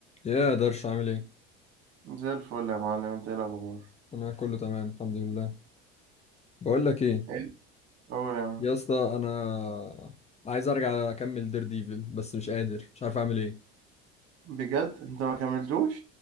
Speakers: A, on the left; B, on the right.
A: يا درش عامل ايه
B: زي الفل يا معلم انت ايه الاخبار
A: انا كله تمام الحمد لله بقول لك ايه
B: ايه قول يا معلم
A: يا اسطى انا عايز ارجع اكمل دير ديفل بس مش قادر مش عارف اعمل ايه
B: بجد انت ما كملتوش